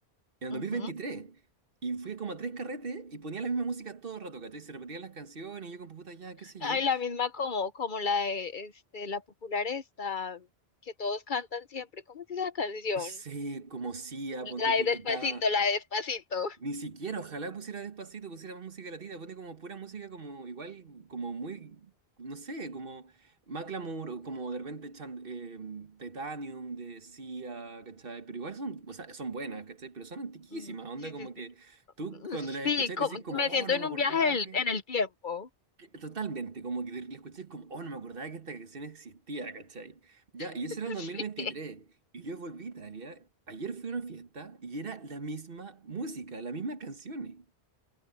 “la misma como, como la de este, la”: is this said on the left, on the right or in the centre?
Left